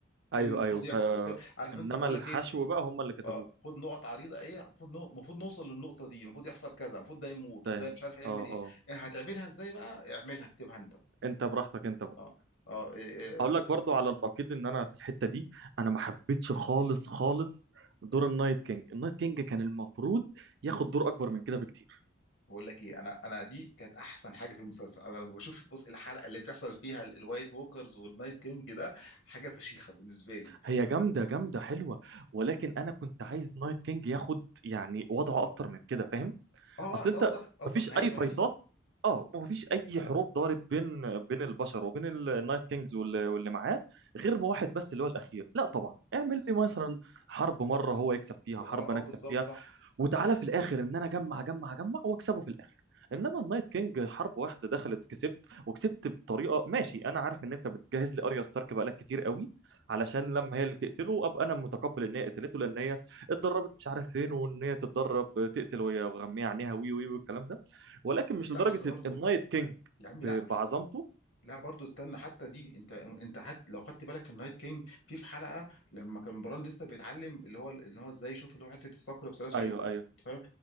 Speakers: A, on the right; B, on the left.
A: ايوه
B: ايه اللي المفروض
A: ايوه ف
B: يحصل أنت فاهم عارف
A: انما
B: انت لما اقول
A: الحشو
B: لك ايه
A: بقى هم اللي كتبوه
B: اه خد نقط عريضه ايه المفروض نو- المفروض نوصل للنقطه دي المفروض يحصل كذا المفروض ده يموت
A: فاهم
B: وده مش عارف يعمل
A: اه
B: ايه
A: اه
B: إيه هتعملها ازاي بقى اعملها اكتبها انت
A: انت براحتك انت بقى
B: اه اه إيه إيه.
A: اقول لك برضو على النقيض ان انا في الحتة دي انا ما حبيتش خالص خالص دور النايت كينج النايت كينج كان المفروض ياخد دور اكبر من كده بكتير
B: بقول لك ايه انا انا دي كانت احسن حاجه في المسلسل انا لما بشوف بص الحلقه اللي بتحصل فيها ال- الوايت ووكرز والنايت كينج ده حاجه فشيخه بالنسبه لي
A: هي جامدة جامدة حلوة ولكن أنا كنت عايز نايت كينج ياخد يعني وضعه أكتر من كده فاهم؟
B: اه
A: أصل
B: آه، انت
A: أنت
B: قصدك قصدك
A: مفيش
B: نهايته
A: أي فايتات
B: يعني
A: أه مفيش أي حروب دارت بين بين البشر وبين ال- النايت كينجز وال- واللي معاه غير واحد بس اللي هو الأخير لا طبعا اعمل لي مثلا حرب مرة هو يكسب فيها
B: ب- اه
A: حرب أنا
B: اه
A: أكسب
B: بالظبط
A: فيها
B: صح
A: وتعالى في الاخر ان انا اجمع اجمع اجمع واكسبه في الاخر انما النايت كينج حرب واحده دخلت كسبت وكسبت بطريقه ماشي انا عارف ان انت بتجهز لي اريا ستارك بقالك كتير قوي علشان لما هي اللي تقتله ابقى انا متقبل ان هي قتلته لان هي اتدربت مش عارف فين وان هي تتدرب تقتل وهي وغمية عينيها وي وي والكلام ده ولكن مش
B: لا
A: لدرجه
B: بس برضه
A: النايت كينج
B: يا عمي
A: ب-
B: لا
A: بعظمته
B: لا برضو استنى حتى دي انت انت حت لو خدت بالك في النايت كينج في في حلقه لما كان بران لسه بيتعلم اللي هو اللي هو ازاي يشوف اللي هو حته الصقر بثلاث
A: ايوه
B: عيون
A: ايوه
B: انت فاهم